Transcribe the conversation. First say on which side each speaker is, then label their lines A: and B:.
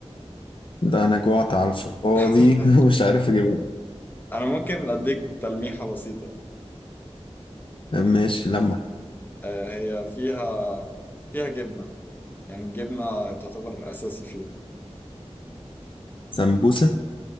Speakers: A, on the left; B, on the left.
A: ده أنا جوعت على الفاضي
B: <laughs>
A: <laughs> ومش عارف أجيبها
B: انا ممكن اديك تلميحة بسيطة
A: ماشي لمح
B: آه هي فيها فيها جبنة يعني الجبنة تعتبر اساسي فيها
A: سمبوسة